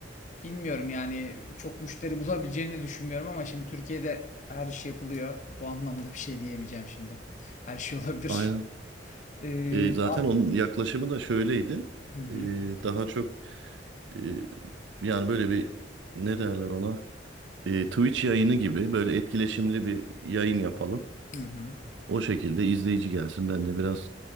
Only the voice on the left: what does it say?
bilmiyorum yani çok müşteri <laughs> bulabileceğini düşünmüyorum ama şimdi Türkiye'de her iş yapılıyor. Bu anlamda bir şey diyemeyeceğim şimdi. Her şey olabilir.
E,
an-
Hı hı,
hı hı.